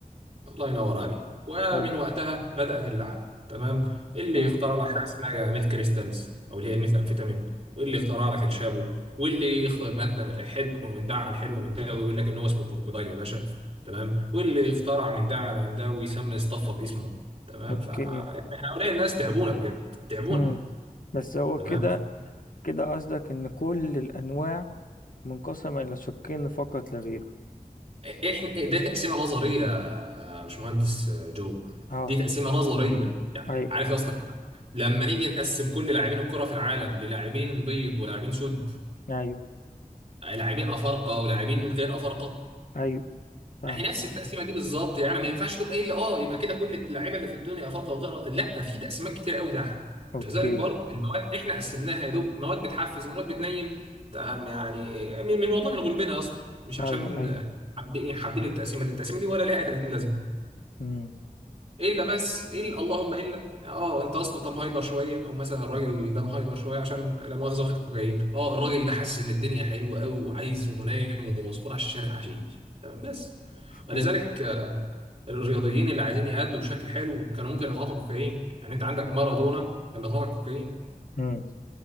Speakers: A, on the right; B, on the left.
A: الله ينور عليك ومن
B: حلو
A: وقتها بدأت اللعنة تمام اللي
B: أه
A: يخترع لك حاجة اسمها ميث كريستالز أو اللي هي الميث أمفيتامين واللي يخترع لك الشابو واللي يخلط مادة من الحلو من ده على الحلو من ده ويقول لك إن هو اسمه كروكودايل يا باشا تمام واللي يخترع من ده على من ده ويسمي اصطفى باسمه تمام
B: أوكي
A: ف يعني هؤلاء الناس تعبونا بجد تعبونا
B: مم. بس هو
A: تمام
B: كده كده قصدك إن كل الأنواع منقسمة إلى شقين فقط لا غير
A: احنا ده تقسيمه نظريه يا باشمهندس جو
B: أه
A: دي تقسيمه نظريه يعني
B: أيوه
A: عارف يا اسطى كده لما نيجي نقسم كل لاعبين الكره في العالم للاعبين بيض ولاعبين سود
B: أيوه
A: لاعبين افارقه ولاعبين غير افارقه
B: ايوه فاهم
A: هي نفس التقسيمه دي بالظبط يعني ما ينفعش تقوم قايل لي اه يبقى كده كل اللعيبه اللي في الدنيا افارقه وغيرها لا في تقسيمات كتير قوي تحت
B: اوكي
A: كذلك برضو المواد احنا قسمناها يا دوب مواد بتحفز مواد بتنيم تمام يعني من من والله من غلبنا يا اسطى مش عشان
B: ايوه ايوه
A: حابين حابين التقسيمه دي التقسيمه دي ولا لها 30 لازمه
B: امم
A: الا بس الا اللهم الا يعني اه انت اصلا طب هايبر شويه او مثلا الراجل ده مهايبر شويه عشان لا مؤاخذه واخد كوكايين اه الراجل ده حاسس ان الدنيا حلوه قوي وعايز ينام ومسطول على الشارع حشيش تمام بس ولذلك
B: فهمت
A: آه، الرياضيين اللي عايزين يأدوا بشكل حلو كانوا ممكن يتعاطوا كوكايين يعني انت عندك مارادونا كان بيتعاطى كوكايين
B: امم